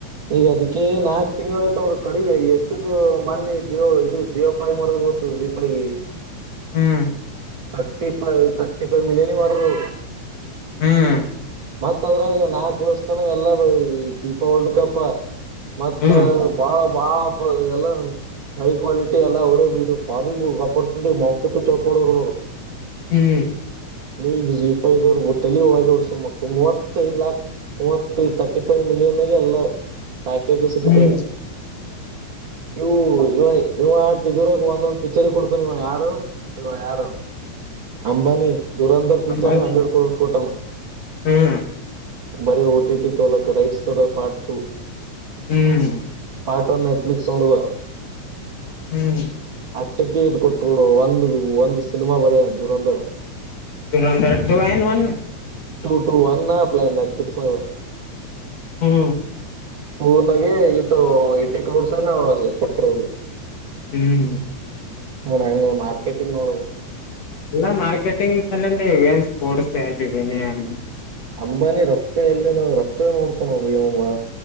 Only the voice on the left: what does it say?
ಹ್ಮ್
ಹ್ಮ್
ಹ್ಮ್
ಹ್ಮ್್ಮ
ಹ್ಮ್
ಅಂಬಾನಿ
ಹ್ಮ್
ಹ್ಮ್
ಹ್ಮ್್ಮ
ು ನಂದಟು ಒನ್ <inaudible>
ಹ್ಮ್
ಹ್ಮ್
ಎಲ್ಲಾ ಮಾರ್ಕೆಟಿಂಗ್ಲ್ಲಂದ ಇವಏನ್ ಸ್ಪೋರ್ಟ್ಸ್ನ <unintelligible>